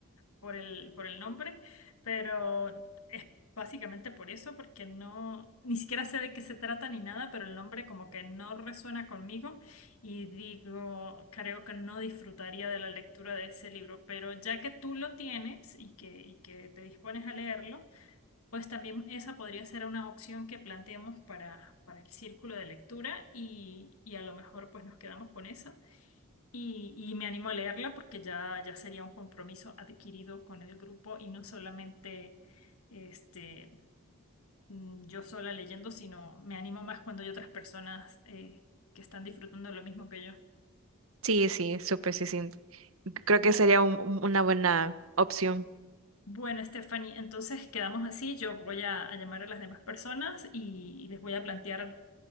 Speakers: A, on the left; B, on the right.
A: por el, por el nombre, pero es básicamente por eso, porque no, ni siquiera sé de qué se trata ni nada, pero el nombre como que no resuena conmigo y digo, creo que no disfrutaría de la lectura de ese libro, pero ya que tú lo tienes y que, y que te dispones a leerlo, pues también esa podría ser una opción que planteemos para, para el círculo de lectura y, y a lo mejor pues nos quedamos con esa. Y, y me animo a leerla porque ya, ya sería un compromiso adquirido con el grupo y no solamente este, mm, yo sola leyendo, sino me animo más cuando hay otras personas eh, que están disfrutando lo mismo que yo.
B: Sí, sí, súper, sí, sí. Creo que
A: Bu-
B: sería un- un- una buena opción.
A: bueno, Stephanie, entonces quedamos así. Yo voy a, a llamar a las demás personas y, y les voy a plantear